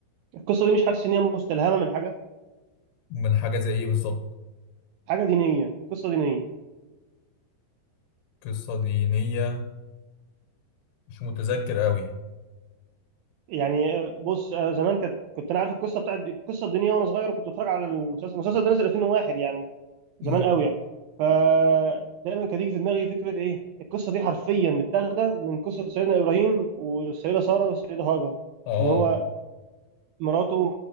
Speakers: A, on the right; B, on the left.
A: القصه دي مش حاسس ان هي مستلهمه من حاجه
B: من حاجة زي ايه بالظبط
A: حاجه دينيه قصه دينيه
B: قصة دينية مش متذكر قوي
A: يعني آه، بص آه، زمان كانت كنت انا عارف القصه بتاعت القصه الدينيه وانا صغير وكنت بتفرج على المسلسل المسلسل ده نزل 2001 يعني زمان
B: امم
A: قوي يعني فدايما كانت تيجي في دماغي فكره ايه القصه دي حرفيا متاخده من قصه سيدنا ابراهيم والسيده ساره والسيده هاجر
B: اه
A: ان هو مراته